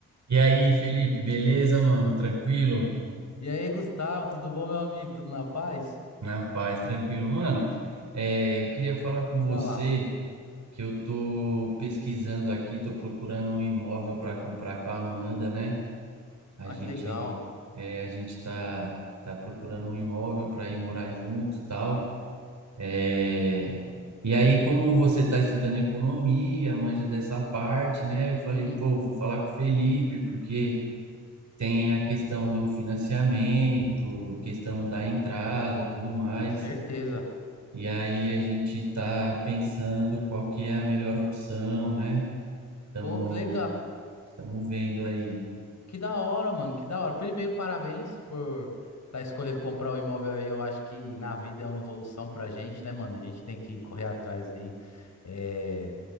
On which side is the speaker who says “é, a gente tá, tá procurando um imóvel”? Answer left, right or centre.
Right